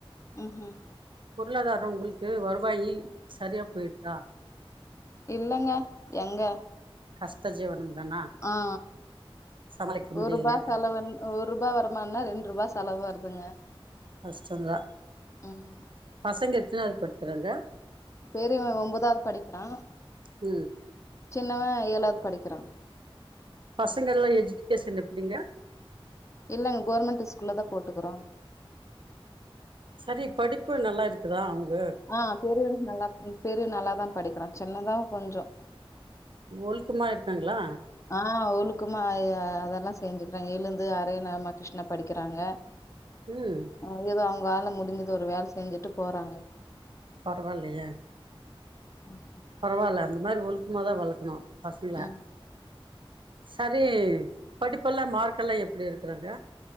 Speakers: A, on the left; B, on the right.
A: ம்ஹூம்
B: பொருளாதார உங்களுக்கு வருவாயி சரியா போயிருதா
A: இல்லங்க எங்க
B: கஷ்ட ஜீவனம் தானா
A: ஆ
B: சமாளிக்க முடியலையா
A: ஒரூபா செலவு ஒரு ரூபா வருமான்னா ரண்டுரூபா செலவு வருதுங்க
B: கஷ்டந்தா
A: ம்
B: பசங்க எத்தினாவது படிக்கறாங்க
A: பெரியவன் ஒன்பதாவது படிக்கிறான்
B: ம்
A: சின்னவன் ஏழாவது படிக்கிறான்
B: பசங்க எல்லா எஜீகேஷன் எப்டிங்க
A: இல்லங்க கவுர்மெண்ட் ஸ்கூல்ல தா போட்டுக்கிறோ
B: சரி படிப்பு நல்லா இருக்குதா அவுங்க
A: ஆ பெரிய நல்லா பெரிய நல்லாதா படிக்கிறா சின்னதா கொஞ்ச
B: ஒழுக்கமா இருக்காங்களா
A: ஆ அவளுக்குமா அ அதெல்லா செஞ்சுக்கிறாங்க எழுந்து ஹரே ராம கிருஷ்ணா படிக்கிறாங்க
B: ம்
A: ஆ ஏதோ அவுங்க ஆல முடிஞ்சது ஒரு வேலை செஞ்சுட்டு போறாங்க
B: பரவாயில்லயே
A: ம்
B: பரவாயில்ல அந்த மாரி ஒழுக்கமாதா வளர்க்கணும் பசங்கள
A: ம்
B: சரி படிப்பெல்லா மார்கெல்லா எப்டி எடுக்குறாங்க